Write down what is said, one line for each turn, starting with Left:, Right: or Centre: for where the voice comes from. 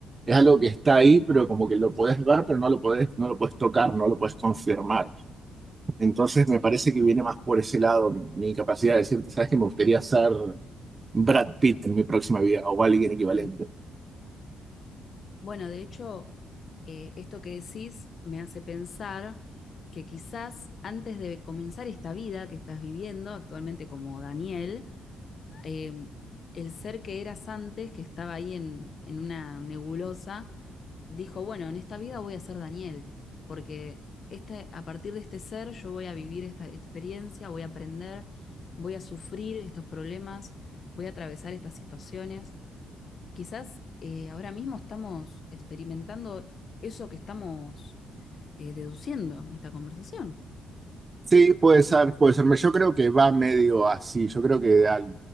Right: es algo que está ahí, pero como que lo podés ver, pero no lo podés, no lo podés tocar, no lo podés confirmar. Entonces me parece que viene más por ese lado mi, mi incapacidad de decirte, sabes que me gustaría ser Brad Pitt en mi próxima vida, o alguien equivalente.
Left: Mm. Bueno, de hecho, eh, esto que decís me hace pensar que quizás antes de comenzar esta vida que estás viviendo actualmente como Daniel, eh, el ser que eras antes, que estaba ahí en, en una nebulosa, dijo, bueno, en esta vida voy a ser Daniel, porque este, a partir de este ser yo voy a vivir esta experiencia, voy a aprender, voy a sufrir estos problemas, voy a atravesar estas situaciones. Quizás eh, ahora mismo estamos experimentando eso que estamos eh, deduciendo en esta conversación.
Right: Sí, puede ser, puede ser. Yo creo que va medio así. Yo creo que al-